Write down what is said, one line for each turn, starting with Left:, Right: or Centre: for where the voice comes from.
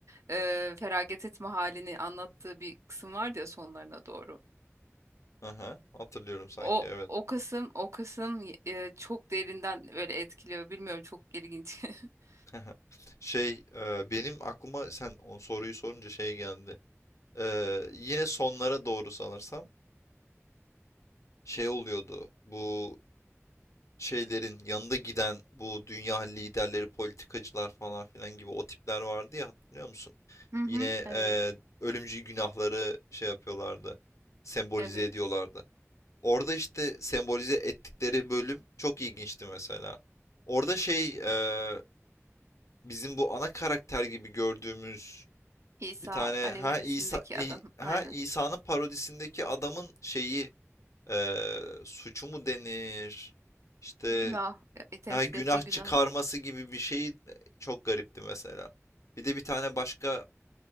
Right: eee, feragat etme halini anlattığı bir kısım vardı ya sonlarına doğru.
Left: Aha. Hatırlıyorum sanki
Right: O
Left: evet.
Right: o kısım o kısım eee, çok derinden öyle etkiliyor bilmiyorum çok ilginç. <laughs>
Left: <laughs> Şey e, benim aklıma sen o soruyu sorunca şey geldi. E, yine sonlara doğru sanırsam şey oluyordu. Bu şeylerin yanında giden bu dünya liderleri, politikacılar falan filan gibi o tipler vardı ya hatırlıyor musun?
Right: Hı hı,
Left: Yine
Right: evet
Left: e, ölümcül günahları şey yapıyorlardı. Sembolize
Right: evet
Left: ediyorlardı. Orada işte sembolize ettikleri bölüm çok ilginçti mesela. Orada şey e, bizim bu ana karakter gibi gördüğümüz
Right: İsa
Left: Bir tane
Right: alegorisindeki
Left: ha İsa İ-
Right: adam
Left: ha
Right: aynen.
Left: İsa'nın parodisindeki adamın şeyi eee suçu mu denir? İşte
Right: Günah. E, temsil
Left: ha günah
Right: ettiği günah.
Left: çıkarması gibi bir şey e, çok garipti mesela. Bir de bir tane başka